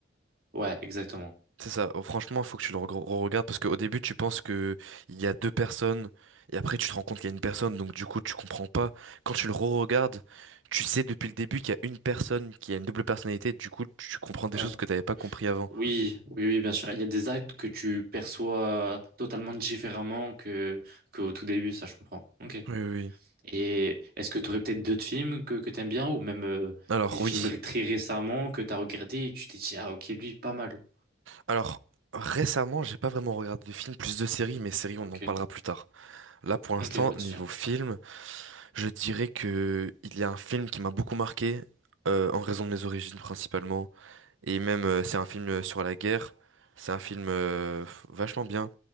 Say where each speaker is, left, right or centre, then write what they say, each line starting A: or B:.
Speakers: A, on the right (about 50°); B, on the right (about 75°).
A: ouais, exactement.
B: C'est ça. Oh, franchement, faut que tu le regr- re-regardes parce qu'au début, tu penses que il y a deux personnes et après, tu te rends compte qu'il y a une personne. Donc, du coup, tu comprends pas. Quand tu le re-regardes, tu sais depuis le début qu'il y a une personne qui a une double personnalité. Du coup, tu comprends des
A: Ouais.
B: choses que t'avais pas compris avant.
A: Oui, oui, oui, bien sûr. Il y a des actes que tu perçois totalement différemment que, que au tout début, ça je comprends. Ok.
B: Oui, oui. oui.
A: Et est-ce que tu aurais peut-être d'autres films que, que tu aimes bien ou même euh,
B: Alors,
A: des films
B: oui.
A: ré- très récemment que tu as regardé et tu t'es dit, ah ok, lui, pas mal.
B: Alors, récemment, j'ai pas vraiment regardé de films, plus de séries, mais séries,
A: Ok,
B: on en parlera plus tard. Là, pour l'instant,
A: ok, pas de
B: niveau
A: souci.
B: film, je dirais que il y a un film qui m'a beaucoup marqué euh, en raison de mes origines principalement. Et même, euh, c'est un film euh, sur la guerre. C'est un film euh, vachement bien.